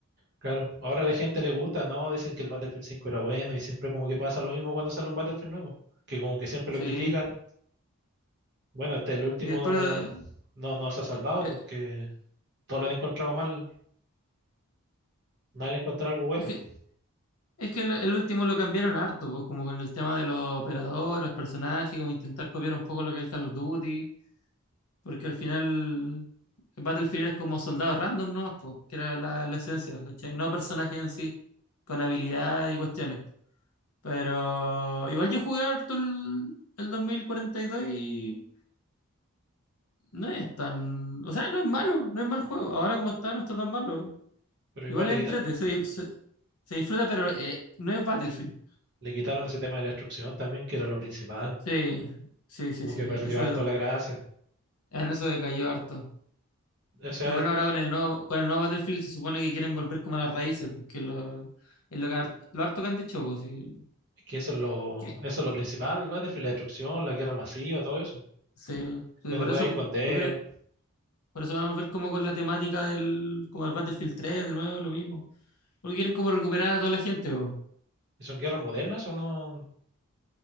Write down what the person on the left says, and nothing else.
Sí,
y después...
eh,
es que, es que lo- el último lo cambiaron harto, pues como con el tema de los operadores, los personajes, como intentar copiar un poco lo que es Call of Duty. Porque al final Battlefield es como soldados random nomás, po, que era la, la esencia, ¿cachai? No personajes en sí, con habilidad y cuestiones. Pero igual yo jugué harto el, el 2042 y dos y no es tan... O sea, no es malo, no es mal juego. Ahora como está, no está tan malo.
Igual
es entrete,
se, di- se- se disfruta, pero eh, no es Battlefield.
Sí, sí, sí,
sí.
Eso,
en eso decayó harto.
Pero bueno,
ahora con el nuevo, con el nuevo Battlefield se supone que quieren volver como a las raíces, porque lo, es lo que har- lo harto que han dicho, pues, sí,
que
sí se- sí,
por
eso
co- volvieron- por eso van a volver como con la temática del, como el Battlefield tres de nuevo, lo mismo. Porque quieren como recuperar a toda la gente, pues.